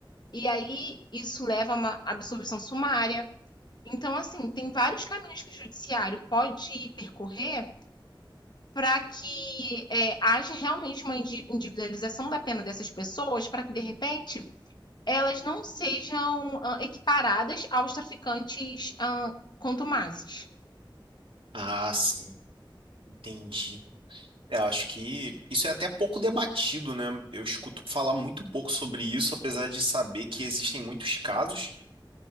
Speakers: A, on the left; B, on the right.
A: E aí isso leva a uma absolvição sumária. Então, assim, tem vários caminhos que o judiciário pode percorrer para que é, haja realmente uma individualização da pena dessas pessoas, para que, de repente, elas não sejam ah, equiparadas aos traficantes ah, contumazes.
B: Ah, sim, entendi. É, eu acho que isso é até pouco debatido, né? Eu escuto falar muito pouco sobre isso, apesar de saber que existem muitos casos.